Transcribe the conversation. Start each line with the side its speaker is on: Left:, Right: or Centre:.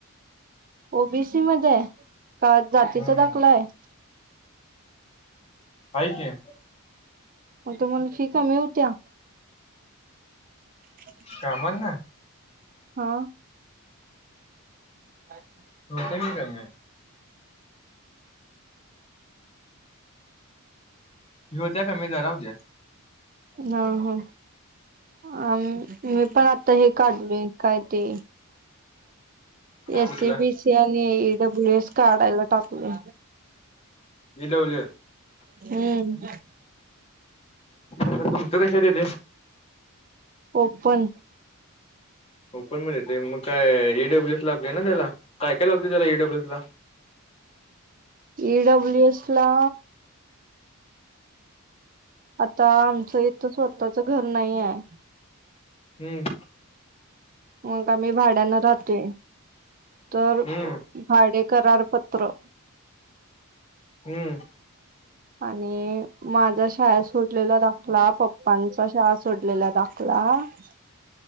Right: ओबीसी मध्ये का जातीचा
Left: हम्म
Right: दाखला आहे
Left: आहे की
Right: मग तुम्हाला फीका मिळत्या ह
Left: कामा ना
Right: हा अच्छा
Left: होोते की त्याे होत्या का मी जरा होत्या
Right: हा हा आ मी पण आता हे काढवे काय ते एससीबीसी
Left: कुठला
Right: आणि ईडब्ल्यू एस काढायला टाकू दे
Left: डब्ल्यू
Right: हम्म
Left: तुमच कशात येते
Right: ओपन
Left: ओपन मध्ये य ते मग काय एईडब्ल्यूएस लागते ना त्याला काय काय लागते त्याला ईडब्ल्यूएस ला
Right: इईडब्ल्यु एस ला आता आमचं इथं स्वतःच घर नाही आहे
Left: हम्म
Right: मग आम्ही भाड्यान राहते तर
Left: हम्म
Right: भाडे करारपत्र
Left: हम्म
Right: आणि माझ्या शाळा सोडलेला दाखला पप्पांचा शाळा सोडलेला दाखला <unintelligible>